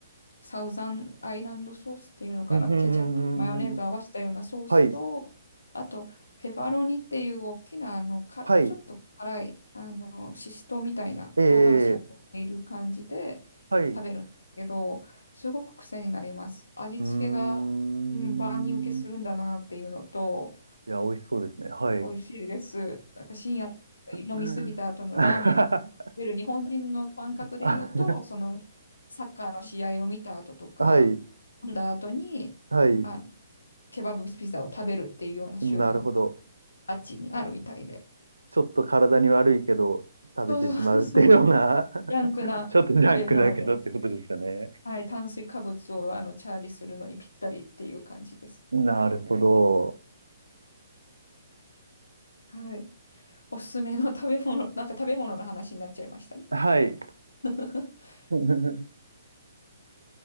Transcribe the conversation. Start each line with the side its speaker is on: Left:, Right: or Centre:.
Left: サウザンアイランドソースっていうのかな、
Right: うんうん
Left: ケチャップ、マヨネーズ合わせたようなソースと、
Right: うんうんはい、
Left: あと、フェファロニっていう大きな、あの、か、
Right: はい、
Left: ちょっと辛い、あの、シシトウみたいな唐辛子が乗っている感じで
Right: えー、はい、
Left: 食べるんですけど、
Right: う
Left: すごく癖になります。味付けが、
Right: ーん。
Left: うん、万人受けするんだなっていうのと、
Right: いや、美味しそうですね。はい。
Left: 美味しいです。なんか深夜飲みすぎた後のラーメン。
Right: <laughs> あ
Left: 出る日本人の感覚で言うと、
Right: <laughs>
Left: そのサッカーの試合を見た後とか、
Right: はい、
Left: 飲んだ後にあ
Right: はい、
Left: ケバブピザを食べるっていうような習慣が
Right: なるほど。
Left: あっちにあるみたいで。
Right: ちょっと体に悪いけど食べてしまうっていうような
Left: そうそうそうそう。ジャンクな食べ物で、
Right: <laughs> ちょっとジャンクだけどってことですよね。
Left: はい、炭水化物をあのチャージするのにぴったりっていう感じです。
Right: なるほねど。
Left: はい。おすすめの食べ物、なんか食べ物の話になっちゃいましたね。
Right: はい。
Left: <laughs>
Right: <laughs>